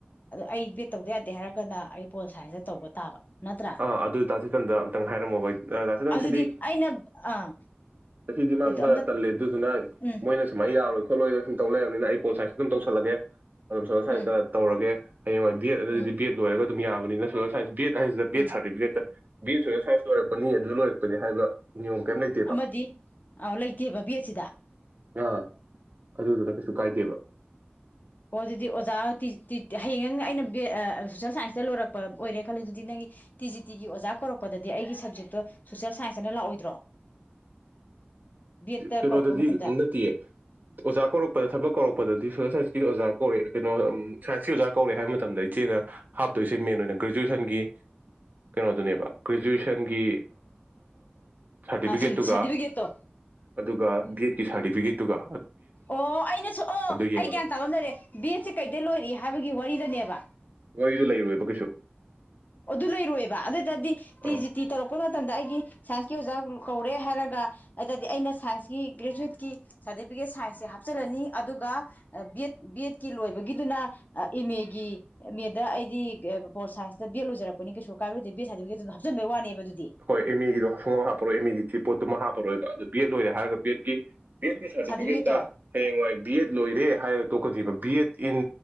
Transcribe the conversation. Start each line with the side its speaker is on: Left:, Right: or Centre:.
Left: ꯑꯩ ꯕꯦꯠ ꯇꯧꯗ ꯌꯥꯗꯦ ꯍꯥꯏꯔꯒꯅ ꯑꯩ ꯕꯣꯜ ꯁꯥꯏꯟꯁꯇ ꯇꯧꯕ ꯇꯥꯕ ꯅꯠꯇ꯭ꯔꯥ
Right: ꯑꯥ ꯑꯗꯨ ꯇꯥꯆꯦꯇꯟꯗ ꯑꯝꯇꯪ ꯍꯥꯏꯔꯝꯃꯣꯕ ꯇꯥꯆꯦꯇꯟꯁꯤꯗꯤ
Left: ꯑꯗꯨꯗꯤ ꯑꯩꯅ ꯑꯥ
Right: ꯐꯤꯗꯤ ꯃꯥꯡꯕ
Left: ꯑꯝꯇ
Right: ꯇꯜꯂꯦ ꯑꯗꯨꯗꯨꯅ
Left: ꯎꯝ
Right: ꯃꯣꯏꯅ ꯁꯨꯃꯥꯏꯅ ꯑꯩ ꯌꯥꯔꯣꯏ ꯈꯣꯠꯂꯣꯏꯔꯣꯏ ꯁꯨꯝ ꯇꯧ ꯂꯩꯑꯔꯕꯅꯤꯅ ꯑꯩ ꯄꯣꯠꯥꯏꯁꯗ ꯑꯗꯨꯝ ꯇꯧꯁꯜꯂꯒꯦ ꯑꯗꯨꯝ ꯁ ꯁꯁ꯭ꯋꯥꯏꯁꯤꯗ
Left: ꯎꯝ
Right: ꯇꯧꯔꯒꯦ ꯍꯌꯦꯡꯋꯥ ꯦꯠ ꯑꯗꯨꯗꯤ
Left: ꯎꯝ
Right: ꯕꯦꯠ ꯂꯣꯏꯒ ꯌꯥꯕꯅꯤꯅ ꯦꯊ
Left: ꯎꯝ
Right: ꯁꯔꯇꯤꯐꯤꯦꯠ ꯕꯤ ꯑꯦꯁ ꯑꯣꯏ ꯁꯥꯏꯟꯁ ꯂꯣꯏꯔꯛꯄꯅꯤ ꯑꯗꯨ ꯂꯣꯏꯔꯛꯄꯅꯤ ꯍꯥꯏꯕ ꯅꯤꯌꯣꯝ ꯀꯩꯝ ꯂꯩꯇꯦꯕ
Left: ꯑꯃꯗꯤ ꯑ ꯂꯩꯇꯦꯕ ꯕꯦꯠꯁꯤꯗ
Right: ꯑꯥ ꯑꯗꯨꯗꯨꯅ ꯀꯩꯁꯨ ꯀꯥꯏꯗꯦꯕ
Left: ꯑꯣ ꯑꯗꯨꯗꯤ ꯑꯣꯖꯥ ꯍꯌꯦꯡ ꯅꯪ ꯑꯩꯅ ꯁꯣꯁꯦꯜ ꯁꯥꯏꯟꯁꯇ ꯂꯣꯏꯔꯛꯄ ꯑꯣꯏꯔꯦ ꯈꯜꯂꯤ ꯑꯗꯨꯗꯤ ꯅꯪꯒꯤ ꯇꯤ ꯖꯤ ꯇꯤꯒꯤ ꯑꯣꯖꯥ ꯀꯧꯔꯛꯄꯗꯗꯤ ꯑꯩꯒꯤ ꯁꯕꯖꯦꯛꯇꯣ ꯁꯣꯁꯦꯜ ꯁꯥꯏꯟꯁꯇꯅ ꯂꯥꯛꯑꯣꯏꯗ꯭ꯔꯣ ꯕꯦꯠꯇ
Right: ꯀꯩꯅꯣꯗꯗꯤꯝ
Left: ꯀꯧꯔꯛꯄ ꯃꯇꯝꯗ
Right: ꯅꯠꯇꯦꯌꯦ ꯑꯣꯖꯥ ꯀꯧꯔꯛꯄꯗ ꯊꯕꯛ ꯀꯧꯔꯛꯄꯗꯗꯤ ꯑꯗꯤ ꯁꯣꯁꯦꯜ ꯁꯥꯏꯟꯁꯀꯤꯗꯤ ꯑꯣꯖꯥ ꯀꯧꯔꯦ ꯀꯩꯅꯣ ꯁꯥꯏꯟꯁꯀꯤ ꯑꯣꯖꯥ ꯀꯧꯔꯦ ꯍꯥꯏꯕ ꯃꯇꯝꯗ ꯏꯆꯦꯅ ꯍꯥꯞꯇꯣꯏꯁꯦ ꯃꯦꯟ ꯑꯣꯏꯅ ꯒ꯭ꯔꯦꯖꯨꯋꯦꯁꯟꯒꯤ ꯀꯩꯅꯣꯗꯨꯅꯦꯕ ꯒ꯭ꯔꯦꯖꯨꯋꯦꯁꯟꯒꯤ ꯁꯥꯔꯇꯤꯐꯤꯀꯦꯠꯇꯨꯒ
Left: ꯑ ꯁ ꯁꯥꯗꯤꯕꯤꯒꯦꯠꯇꯣ
Right: ꯑꯗꯨꯒ ꯒꯠꯀꯤ ꯁꯥꯔꯇꯤꯐꯤꯦ ꯇꯨꯒ
Left: ꯑꯣ ꯑꯩꯅ ꯁ ꯑꯣ
Right: ꯌꯦꯡꯉꯔꯣꯏ
Left: ꯑꯩ ꯒ꯭ꯌꯥꯟ ꯇꯥꯃꯝꯗꯔꯦ ꯕꯦꯠꯁꯦ ꯀꯩꯗ ꯂꯣꯏꯔꯛꯏ ꯍꯥꯏꯕꯒꯤ ꯋꯥꯔꯤꯗꯅꯦꯕ
Right: ꯃꯣꯏꯁꯨ ꯂꯩꯔꯣꯏꯕ ꯀꯩꯁꯨ
Left: ꯑꯗꯨ ꯂꯩꯔꯣꯏꯑꯕ ꯑꯗ ꯗꯗꯤ ꯇꯤ
Right: ꯑꯥ
Left: ꯖꯤ ꯇꯤ ꯇꯧꯔꯛꯄꯩ ꯃꯇꯝꯗ ꯑꯩꯒꯤ ꯁꯥꯏꯟꯁꯀꯤ ꯑꯣꯖꯥ ꯀꯧꯔꯦ ꯍꯥꯏꯔꯒ ꯑꯗꯨꯗꯤ ꯑꯩꯅ ꯁꯥꯏꯟꯁꯀꯤ ꯒ꯭ꯔꯦꯖꯨꯋꯦꯠꯀꯤ ꯁꯥꯔꯇꯤꯐꯤꯀꯦꯠ ꯁꯥꯏꯟꯁꯁꯦ ꯍꯥꯞꯆꯤꯜꯂꯅꯤ ꯑꯗꯨꯒ ꯕꯤ ꯑꯦꯗ ꯕꯤ ꯑꯦꯗꯀꯤ ꯂꯣꯏꯕꯒꯤꯗꯨꯅ ꯑꯦꯝ ꯑꯦꯒꯤ ꯑꯦꯝ ꯑꯦꯗ ꯑꯩꯗꯤ ꯄꯣꯜ ꯁꯥꯏꯟꯁ ꯕꯠ ꯂꯣꯏꯔꯛꯄꯅꯤ ꯀꯩ ꯀꯥꯏꯔꯗꯗꯤ ꯦꯠ ꯍꯥꯏꯕꯤꯒꯤ ꯑꯗꯨ ꯍꯥꯞꯆꯤꯟꯕ ꯋꯥꯅꯦꯕ ꯑꯗꯨꯗꯤ
Right: ꯍꯣꯏ ꯑꯦꯃꯤꯒꯤꯗꯣ ꯍꯨꯡꯥꯎ ꯍꯥꯞꯄꯔꯣꯏ ꯑꯦꯃꯤꯒꯤꯁꯤ ꯄꯣꯠꯇꯨꯃ ꯍꯥꯞꯄꯔꯣꯏꯕ ꯑꯗꯨ ꯕꯦꯠ ꯂꯣꯏꯔꯦ ꯍꯥꯏꯔꯒ ꯄꯕꯦꯠꯀꯤ ꯕꯤ ꯑꯦꯗꯀꯤ ꯁꯥꯔꯇꯤꯐꯤꯀꯦꯠꯇ
Left: ꯁꯥꯔꯇꯤꯐꯤꯀꯦꯠꯇꯣ
Right: ꯍꯌꯦꯡꯋꯥꯏ ꯕꯤ ꯑꯦꯗ ꯂꯣꯏꯔꯦ ꯍꯥꯏꯔꯒ ꯇꯣꯛꯀꯈꯤꯕ B Ed in